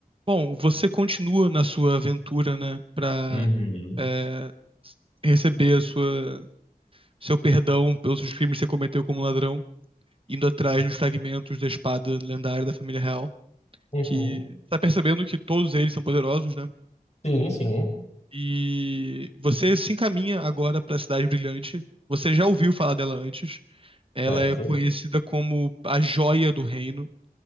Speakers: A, on the right (about 35°); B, on the left (about 45°).
A: Bom, você continua na sua aventura, né, pra
B: Uhum.
A: é, receber a sua, seu perdão pelos seus crimes que você cometeu como ladrão, indo atrás dos fragmentos da espada lendária da família real,
B: Uhum.
A: que tá percebendo que todos eles são poderosos, né?
B: Sim, sim.
A: E você se encaminha agora pra Cidade Brilhante. Você já ouviu falar dela antes. Ela
B: Certo.
A: é conhecida como a Joia do Reino.